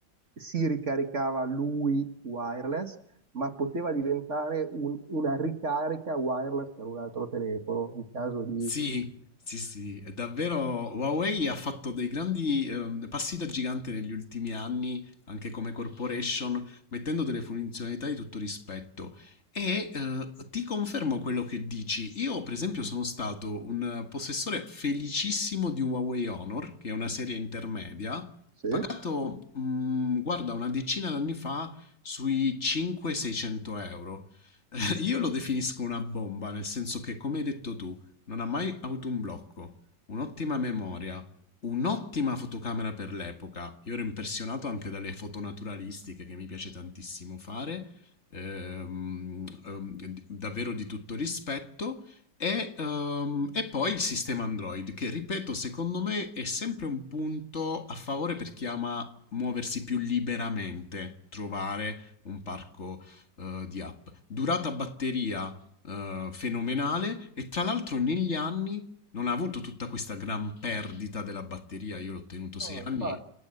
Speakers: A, on the right (about 45°); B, on the left (about 40°).
A: si ricaricava lui wireless, ma poteva diventare un- una ricarica wireless per un altro telefono in caso di...
B: Sì, sì, sì, è davvero Huawei ha fatto dei grandi ehm, passi da gigante negli ultimi anni, anche come corporation, mettendo delle funzionalità di tutto rispetto. E eh, ti confermo quello che dici. Io, per esempio, sono stato un eh, possessore felicissimo di un Huawei Honor, che è una serie intermedia,
A: Sì?
B: pagato, mm, guarda, una decina d'anni fa sui 5-600 euro. <laughs> Io lo definisco una bomba, nel senso che, come hai detto tu, non ha mai avuto un blocco, un'ottima memoria, un'ottima fotocamera per l'epoca. Io ero impressionato anche dalle foto naturalistiche che mi piace tantissimo fare, ehm, ehm, d- davvero di tutto rispetto. E, ehm, e poi il sistema Android, che ripeto, secondo me è sempre un punto a favore per chi ama muoversi più liberamente, trovare un parco eh, di app. Durata batteria eh, fenomenale e tra l'altro negli anni non ha avuto tutta questa gran perdita della batteria. Io l'ho tenuto
A: No,
B: sei anni.
A: infatti.